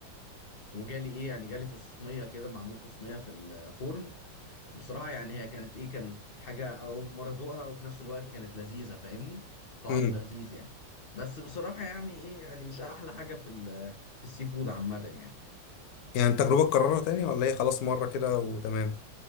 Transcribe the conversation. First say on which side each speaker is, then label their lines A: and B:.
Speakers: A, on the left (about 40°); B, on the left (about 70°).
A: وجالي ايه يعني جالي في صينيه كده معمول في صينيه في الفرن بصراحه يعني هي كانت ايه كانت حاجه اول مره ادوقها وفي نفس الوقت كانت لذيذه فاهمني طعمه
B: امم
A: لذيذ يعني بس بصراحه يعني ايه يعني مش احلى حاجه في ال- في السي فود عامه يعني
B: يعني تجربه تكررها تاني ولا ايه خلاص مره كده وتمام